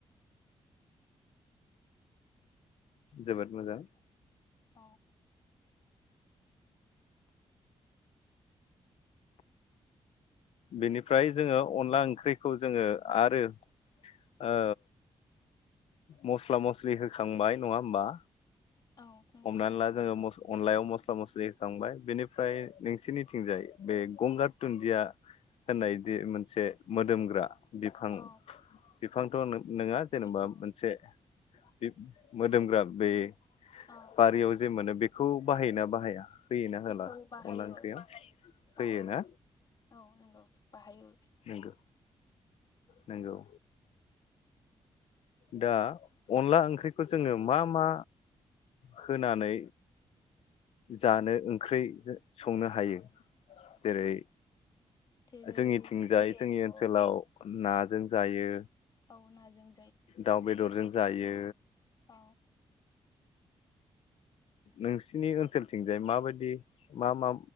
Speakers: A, on the left; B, on the left.
A: जोबोद मोजां
B: औ।
A: बेनिफ्राय जोङो अनला ओंख्रिखौ जोङो आरो ओ मस्ला मस्लि होखांबाय नङा होम्बा।
B: औ नंगौ
A: हमनानै ला जोङो म। अनलायाव मस्ला मस्लि होखांबाय बेनिफ्राय नोंसिोरनिथिंजाय बे गंगार दुुनदिया होननायदि मोनसे मोदोमग्रा। बिफां।
B: औ
A: बिफांथ नों। नोंङा जेनेबा
B: बेखौ
A: मोनसे। बे मोदोमग्रा बे।
B: औ
A: बारियाव। जे मोनो बेखौ बाहायोना बाहाया। होयोना होला
B: बेखौ बाहायो
A: अनला ओंख्रियाव होयोना
B: बाहायो औ नंगौ। बाहायो।
A: नंगौ नंगौ। दा अनला ओंख्रिखौ जोङो मा मा होनानै जानो ओंख्रि संनो हायो जेरै
B: जेरै
A: जोंनिथिंजाय
B: बेदर
A: जोंनि ओनसोलाव ना। जों जायो।
B: औ नाजों।
A: दाउ बेदरजों जायो।
B: औ
A: नोंसिनि ओनसोलथिंजाय माबायदि मा मा